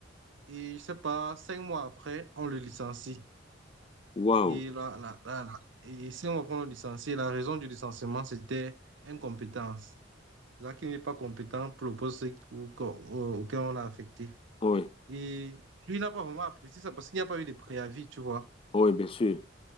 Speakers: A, on the right; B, on the left.
A: et je ne sais pas, cinq mois après, on le licencie.
B: waouh.
A: Et là, là, là, là. Et si on reprend le licencié, la raison du licenciement, c'était incompétence. Là, qui n'est pas compétent pour le poste au- au- auquel on l'a affecté.
B: Oui,
A: Et lui, il n'a pas vraiment apprécié ça parce qu'il n'y a pas eu de préavis, tu vois.
B: oui, bien sûr.